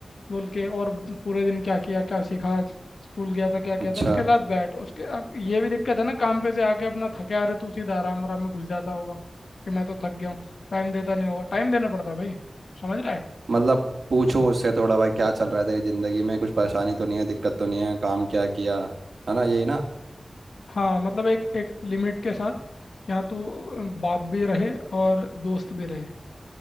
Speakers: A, on the left; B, on the right.
A: बोल के और पूरे दिन क्या किया क्या सीखा आज स्कूल गया था क्या किया
B: अच्छा
A: था उसके साथ बैठ उसके अब ये भी दिक्कत है ना काम पे से आके अपना थके आ रहे तू सीधा आराम आराम में घुस जाता होगा कि मैं तो थक गया हूँ टाइम देता नहीं होगा टाइम देना पड़ता है भाई समझ रहा है
B: मतलब पूछूं उससे थोड़ा भाई क्या चल रहा है तेरी जिंदगी में कुछ परेशानी तो नहीं है दिक्कत तो नहीं है काम क्या किया है ना यही ना
A: हाँ मतलब एक एक लिमिट के साथ यहाँ तो बाप भी रहे और दोस्त भी रहे